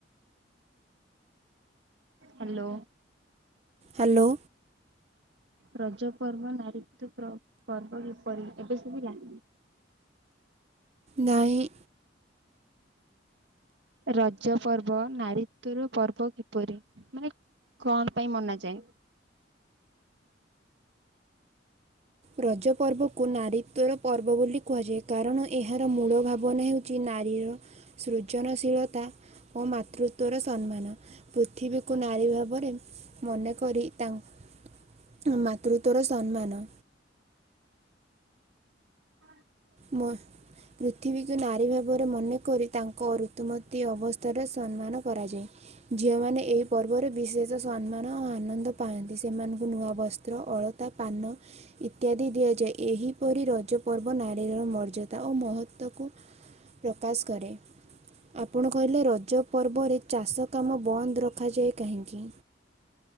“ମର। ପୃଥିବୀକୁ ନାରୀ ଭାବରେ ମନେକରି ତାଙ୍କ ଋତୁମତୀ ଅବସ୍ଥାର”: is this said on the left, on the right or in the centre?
Right